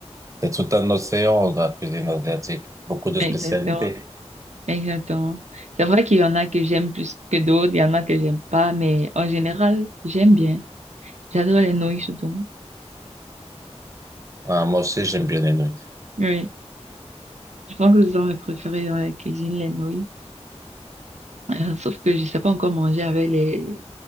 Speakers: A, on the right (about 30°); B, on the right (about 80°).
A: c'est tout un océan de la cuisine asiatique, beaucoup de
B: Exactement.
A: spécialités.
B: Exactement. C'est vrai qu'il y en a que j'aime plus que d'autres, il y en a que j'aime pas, mais en général, j'aime bien. J'adore les nouilles surtout.
A: Ah, moi aussi, j'aime bien les nouilles.
B: Oui. Je pense que ce sont mes préférés dans la cuisine, les nouilles. Euh, sauf que je sais pas encore manger avec les,